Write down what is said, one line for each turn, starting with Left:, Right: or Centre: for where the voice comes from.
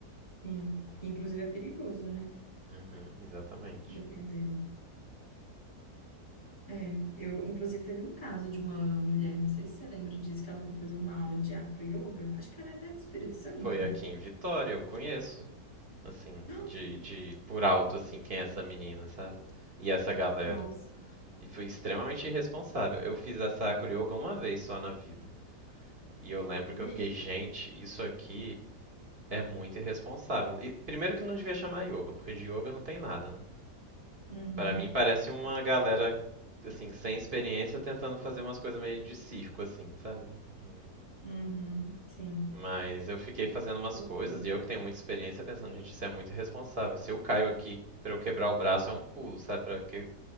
Left: Sim.
Right: Então,
Left: Inclusive é perigoso, né?
Right: uhum, exatamente.
Left: Dependendo. É, eu, inclusive, teve um caso de uma mulher, não sei se você lembra disso, que ela foi fazer uma aula de acro yoga. Acho que ela é até do Espírito Santo.
Right: Foi aqui em Vitória, eu conheço, assim,
Left: <gasps>
Right: de, de por alto, assim, quem é essa menina, sabe? E essa galera.
Left: Nossa.
Right: E fui extremamente irresponsável. Eu fiz a Sakura Yoga uma vez só na vida. E eu lembro
Left: E
Right: que eu
Left: aí?
Right: fiquei, gente, isso aqui é muito irresponsável. E, primeiro que não devia chamar yoga, porque de yoga não tem nada, né?
Left: Uhum.
Right: Pra mim parece uma galera, assim, sem experiência tentando fazer umas coisas meio de circo, assim, sabe? E-
Left: Uhum, sim,
Right: Mas eu fiquei fazendo umas
Left: loucura.
Right: coisas e eu que tenho muita experiência pensando, gente, isso é muito irresponsável. Se eu caio aqui, pra eu quebrar o braço é um pulo, sabe? Pra que-